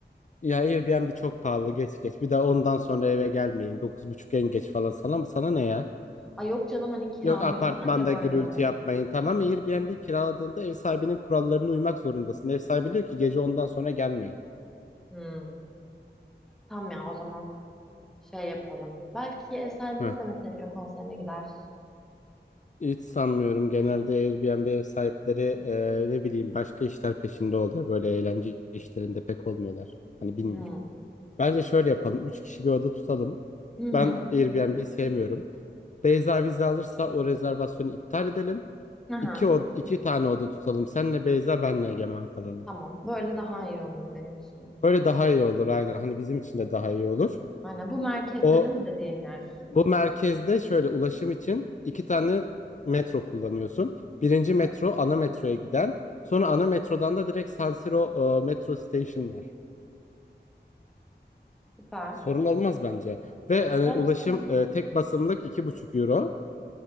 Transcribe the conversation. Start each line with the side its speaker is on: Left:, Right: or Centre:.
Left: ya Airbnb çok pahalı geç geç. Bir de ondan sonra eve gelmeyin. Dokuz buçuk en geç falan sana mı? Sana ne ya?
Centre: Ay yok canım hani kiralıyorlar
Left: Yok apartmanda
Centre: ya böyle.
Left: gürültü yapmayın. Tamam Airbnb kiraladığında ev sahibinin kurallarına uymak zorundasın. Ev sahibi diyor ki gece ondan sonra gelmeyin.
Centre: Hı. Tamam ya o zaman şey yapalım. Belki ev sahibimiz
Left: Heh.
Centre: de Metallica konserine gider.
Left: Hiç sanmıyorum. Genelde Airbnb ev sahipleri e, ne bileyim başka işler peşinde oluyor. Böyle eğlence işlerinde pek olmuyorlar. Hani bilmiyorum.
Centre: Hı.
Left: Bence şöyle yapalım. Üç kişi bir oda tutalım.
Centre: Hı hı.
Left: Ben Airbnb'yi sevmiyorum. Beyza vize alırsa o rezervasyonu iptal edelim.
Centre: Aha.
Left: İki, od iki tane oda tutalım. Senle Beyza, benle Egemen kalalım.
Centre: Tamam. Böyle daha iyi olur benim için de.
Left: Böyle daha iyi olur aynen. Hani bizim için de daha iyi olur.
Centre: Aynen. Bu merkezde
Left: O
Centre: değil mi dediğin yer?
Left: Bu merkezde şöyle ulaşım için iki tane metro kullanıyorsun. Birinci
Centre: Süper.
Left: metro ana metroya giden. Sonra ana metrodan da direkt San Siro e, metro station var.
Centre: Süper.
Left: Sorun olmaz bence. Ve hani
Centre: Bence
Left: ulaşım
Centre: de ben.
Left: e, tek basımlık iki buçuk euro.